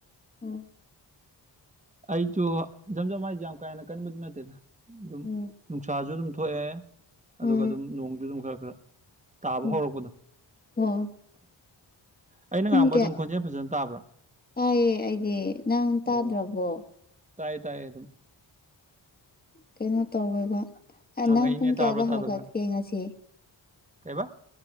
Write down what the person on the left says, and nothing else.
ꯑꯣ
ꯎꯝ
ꯎꯝ
ꯎꯝ
ꯑꯣ
ꯄꯨꯡ
ꯀꯌꯥ
ꯇꯥꯏꯌꯦ ꯑꯩꯗꯤ ꯅꯪ ꯇꯥꯗ꯭ꯔꯕꯣ
ꯀꯩꯅꯣ ꯇꯧꯋꯦꯕ
ꯅꯪ ꯄꯨꯡ ꯀꯌꯥꯗ
ꯍꯧꯒꯠꯀꯦ ꯉꯁꯤ